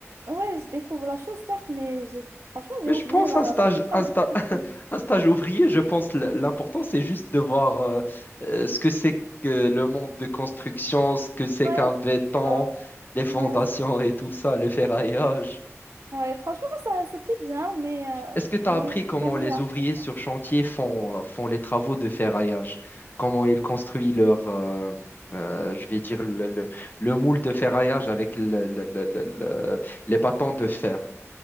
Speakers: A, on the right; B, on the left.
A: Ouais, je découvre la chose, certes, mais j'ai franchement, j'ai
B: Mais
A: oublié
B: je pense
A: la
B: un stage,
A: plupart
B: un sta-
A: des trucs
B: <laughs>
A: que je-
B: un stage ouvrier, je pense l- l'important, c'est juste de voir euh, euh, ce que c'est que le monde de construction, ce que c'est
A: Ouais,
B: qu'un
A: c'est
B: béton,
A: ça.
B: les fondations
A: Ouais, c'est-
B: et tout ça, le ferraillage.
A: ouais, franchement, ça, c'était bien, mais, euh,
B: Est-ce que tu as appris
A: mais j'ai
B: comment
A: pas les
B: les
A: à
B: ouvriers
A: trop fort.
B: sur chantier font, euh, font les travaux de ferraillage? Comment ils construisent leur, euh, euh, je vais dire, le, le- le moule de ferraillage avec le- le- le- le- le- les bâtons de fer?